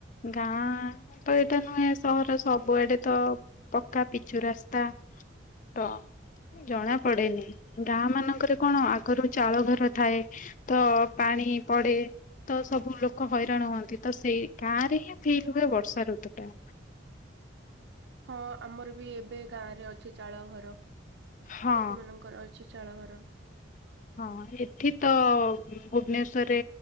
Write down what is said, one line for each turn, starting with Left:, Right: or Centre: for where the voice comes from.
Left: ଗାଁ ତ ଏଇଟା ନୁହେଁ ସହର ସବୁଆଡ଼େ ତ ପକ୍କା ପିଚୁ ରାସ୍ତା। ତ ଜଣା ପଡେନି ଗାଁ ମାନଙ୍କରେ କଣ ଆଗରୁ ଚାଳ ଘର ଥାଏ ତ ପାଣି ପଡେ ତ ସବୁ ଲୋକ ହଇରାଣ ହୁଅନ୍ତି ତ ସେଇ ଗାଁ ରେ ହିଁ ଫିଲ୍ ହୁଏ ବର୍ଷା ଋତୁ ଟା।
Right: ହଁ ଆମର ବି ଏବେ ଗାଁ ରେ ଅଛି ଚାଳ ଘର
Left: ହଁ
Right: ଲୋକମାନଙ୍କର ଅଛି। ଅଛି ଚାଳ ଘର।
Left: ହଁ ଏଠି ତ ଭୁବନେଶ୍ଵରରେ